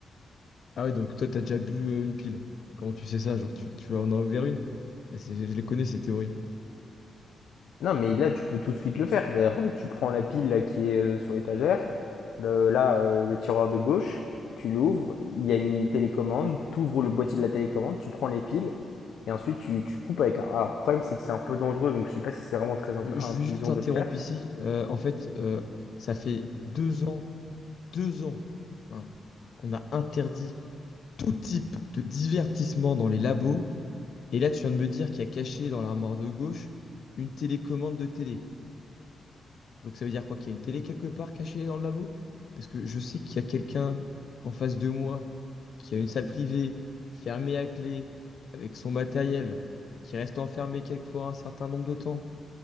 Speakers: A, on the left; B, on the left.
A: Ah ouais, donc toi, t'as déjà bu euh, une pile. Comment tu sais ça? Genre, tu, tu en as ouvert une? Bah, c'est- je les connais, ces théories.
B: Non, mais là, tu peux tout de suite le faire. C'est-à-dire, tu prends la pile là, qui est euh, sur l'étagère, le- là, euh, le tiroir de gauche, tu l'ouvres, il y a une télécommande, tu ouvres le boîtier de la télécommande, tu prends les piles, et ensuite tu, tu coupes avec un... Alors, le problème, c'est que c'est un peu dangereux, donc je sais pas si c'est vraiment très int-
A: Je je
B: intelligent
A: vais juste t'interrompre
B: de le faire.
A: ici. Euh, en fait, euh, ça fait deux ans, deux ans, hein, qu'on a interdit tout type de divertissement dans les labos. Et là, tu viens de me dire qu'il y a caché dans l'armoire de gauche une télécommande de télé. Donc ça veut dire quoi? Qu'il y a une télé quelque part cachée dans le labo? Parce que je sais qu'il y a quelqu'un en face de moi qui a une salle privée, fermée à clé, avec son matériel, qui reste enfermé quelquefois un certain nombre de temps.